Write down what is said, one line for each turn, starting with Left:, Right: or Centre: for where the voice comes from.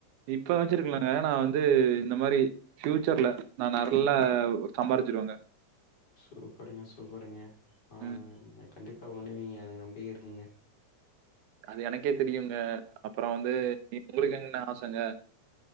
Right: இப்ப வச்சிருக்கலங்க நா வந்து இந்த மாரி ஃபியூச்சர்ல நா நல்ல ஒர் சம்பாரிச்சிருவேங்க
Left: சூப்பருங்க சூப்பருங்க ஆ
Right: ம்.
Left: ங்க கண்டிப்பா பண்ணுவீங்க எனக்கு நம்பியே இருக்கீங்க
Right: அது எனக்கே தெரியுங்க. அப்புறம் வந்து உங்களுக்கு என்ன ஆசைங்க?